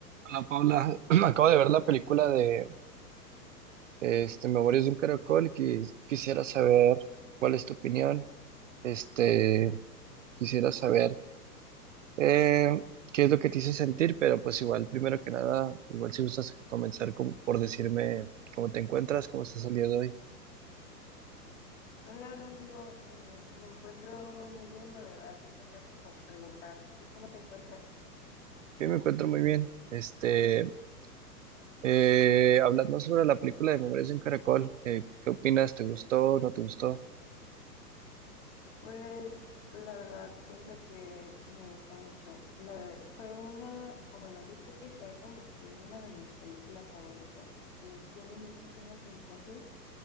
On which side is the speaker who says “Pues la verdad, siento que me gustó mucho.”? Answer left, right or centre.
Left